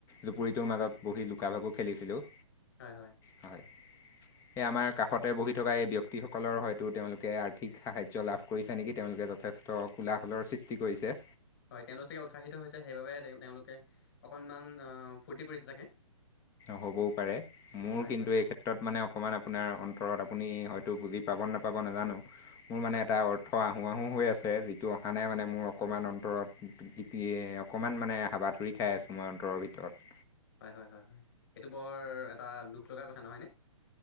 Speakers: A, on the left (about 15°); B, on the left (about 45°).
A: জুপুৰিটোৰ মাজত বহি লুকা, ভাকু খেলিছিলোঁ।
B: হয়, হয়।
A: হয়। সেই আমাৰ কাষতে বহি থকা এই ব্যক্তিসকলৰ হয়তো তেওঁলোকে আৰ্থিক সাহায্য লাভ কৰিছে নেকি। তেওঁলোকে যথেষ্ট কোলাহলৰ সৃষ্টি কৰিছে।
B: হয়, তেওঁলোক চাগে উৎসাহিত হৈছে, সেইবাবে তেওঁ, তেওঁলোকে অকণমান ফূৰ্তি কৰিছে চাগে।
A: হ'বও পাৰে, মোৰ
B: হয়
A: কিন্তু,
B: হয়
A: এই ক্ষেত্ ক্ষেত্ৰত মানে অকণমান আপোনাৰ অন্তৰত আপুনি হয়তো বুজি পাব, নাপাব, নাজানো মোৰ মানে
B: হয়
A: এটা
B: হয়
A: অৰ্থ অৰ্থ, আহোঁ, আহোঁ হৈ আছে, যিটো অহা নাই মানে মোৰ অকণমান অন্তৰত। ইতি অকণমান মানে হাবাথুৰি খাই আছোঁ মই অন্তৰৰ ভিতৰত।
B: হয়, হয়, হয়, হয়, এইটো বৰ এটা দুখ লগাৰ কথা নহয়নে।